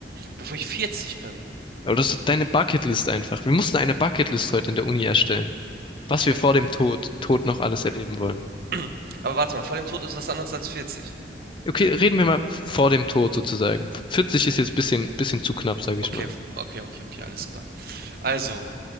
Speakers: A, on the right (about 55°); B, on the left (about 25°).
A: Bevor ich 40 bin,
B: Aber das ist deine Bucketlist einfach. Wir mussten eine Bucketlist heute in der Uni erstellen,
A: okay.
B: was wir vor dem Tod, Tod noch alles erleben wollen.
A: <clears throat> Aber warte mal, vor dem Tod ist was anderes als 40.
B: Okay, reden wir mal vor dem Tod sozusagen. 40 ist jetzt ein bisschen, bisschen zu knapp, sage
A: Okay,
B: ich mal.
A: f- okay, okay, okay, alles klar. Also,